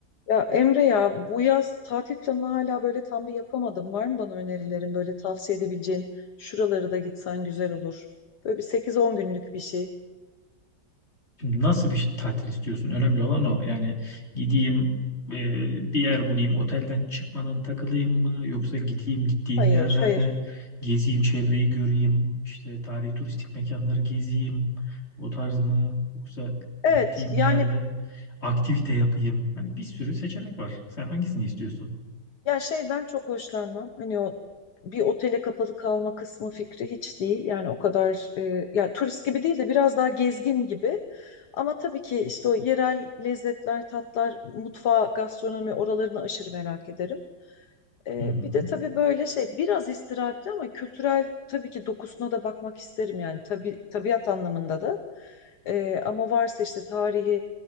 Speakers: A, on the left; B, on the left.
A: Ya Emre ya bu yaz tatil planını hala böyle tam bir yapamadım. Var mı bana önerilerin böyle tavsiye edebileceğin? Şuraları da gitsen güzel olur. Böyle bir 8-10 günlük bir şey.
B: Şimdi nasıl bir tatil istiyorsun? Önemli olan o. Yani gideyim e, bir yer bulayım, otelden çıkmadan takılayım mı? Yoksa gideyim gittiğim
A: Hayır,
B: yerlerde
A: hayır.
B: gezeyim, çevreyi göreyim, işte tarihi turistik mekanları gezeyim. O tarz mı? Yoksa
A: Evet
B: gittiğim
A: yani
B: yerde aktivite yapayım. Hani bir sürü seçenek var. Sen hangisini istiyorsun?
A: ya şeyden çok hoşlanmam. Hani o bir otele kapalı kalma kısmı fikri hiç değil. Yani o kadar e, ya turist gibi değil de biraz daha gezgin gibi. Ama tabii ki işte o yerel lezzetler, tatlar, mutfağı, gastronomi oralarını aşırı merak ederim. Ee,
B: Hı hı.
A: bir de tabii böyle şey biraz istirahatli ama kültürel tabii ki dokusuna da bakmak isterim yani tabii tabiat anlamında da. Ee, ama varsa işte tarihi